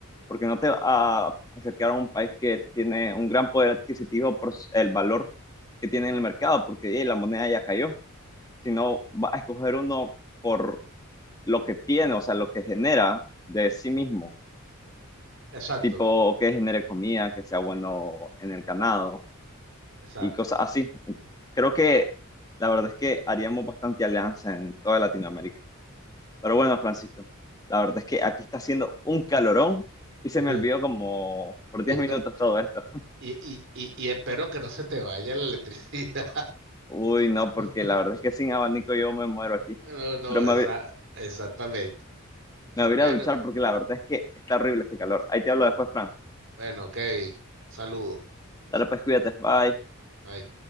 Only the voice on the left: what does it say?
porque no te va a acercar a un país que tiene un gran poder adquisitivo por s- el valor que tiene en el mercado, porque ey, la moneda ya cayó, sino va a escoger uno por lo que tiene, o sea, lo que genera de sí mismo.
tipo que genere comida, que sea bueno en el ganado
y cosas así. Creo que la verdad es que haríamos bastante alianza en toda Latinoamérica. Pero bueno, Francisco, la verdad es que aquí está haciendo un calorón y se
me olvidó como por 10
minutos todo esto.
Uy, no, porque
la verdad es que sin abanico yo me muero aquí.
Pero
me, voy-
me voy
a ir a duchar porque la verdad es que está horrible este calor. Ahí te hablo después, Fran.
Dale pues, cuídate. Bye.